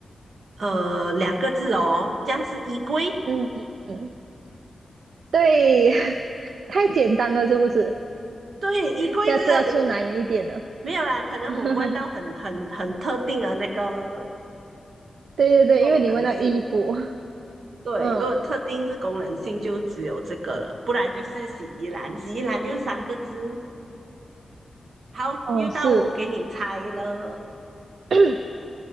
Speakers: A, on the right; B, on the right.
A: 呃，两个字哦，这样是衣柜。
B: 嗯。嗯对，<laughs> 太简单了，是不是？
A: 对，衣柜这个
B: 下次要出难一点的。
A: 没有啦，可能我问到很很很特定的那个
B: <laughs> 对对对，
A: 功能性。
B: 因为你问到衣服，
A: 对，
B: 嗯，
A: 如果特定是功能性，就只有这个了，不然就是洗衣篮。洗衣篮就三个字。好，
B: 哦，
A: 又到我给你猜了。
B: 是 <clears throat>